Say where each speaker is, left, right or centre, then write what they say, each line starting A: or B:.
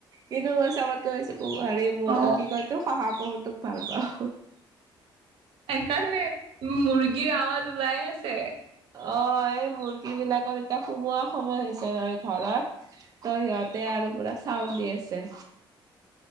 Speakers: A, on the right (about 40°); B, on the right (about 80°).
A: কিন্তু মই চবতকে বেছি কো হেৰি মোৰ
B: অ
A: কি কয় এইতো শহা পহুটোক ভাল পাওঁ।
B: সেইকাৰণে মুৰ্গীৰ আৱাজ ওলাই আছে।
A: অ এই মুৰ্গী বিলাকৰ এতিয়া সোমোৱা সময় হৈছে নহয় ঘৰত। ত' সিহঁতে আৰু পুৰা চাউল দি আছে।